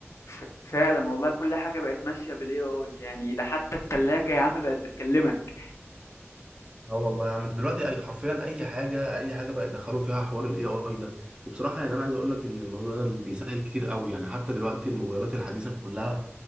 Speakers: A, on the left (about 75°); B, on the right (about 20°).
A: ف... فعلا والله كل حاجة بقت ماشية بالاي اي يعني ده حتى التلاجة يا عم بقت بتكلمك
B: اه والله يا عم انت دلوقتي اي حرفيا اي حاجه اي حاجه بقى يدخلوا فيها حوار الاي اي ده وبصراحه يعني انا عايز اقول لك ان الموضوع ده بيسهل كتير قوي يعني حتى دلوقتي الموبايلات الحديثه كلها